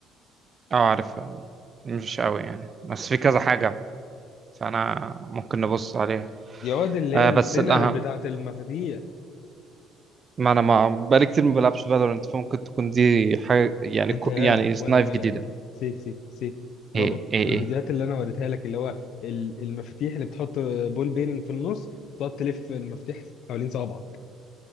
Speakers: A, on the right; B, on the left.
A: اه عارف مش قوي يعني بس في كذا حاجة فانا ممكن نبص عليها
B: يا واد اللي
A: آه،
B: هي السبينر
A: بس الأهم
B: بتاعت المفاتيح
A: ما انا ما بقالي كتير ما بلعبش فالورنت فممكن تكون دي حاجه يعني
B: انت
A: كو-
B: يالا
A: يعني سنايف
B: ولا ولا
A: جديده
B: ولا سيف سيف سيف بابا
A: ايه ايه
B: الفيديوهات
A: ايه
B: اللي انا وريتها لك اللي هو ال- المفاتيح اللي بتحط بول بيرنج في النص تقعد تلف المفتاح حوالين صوابعك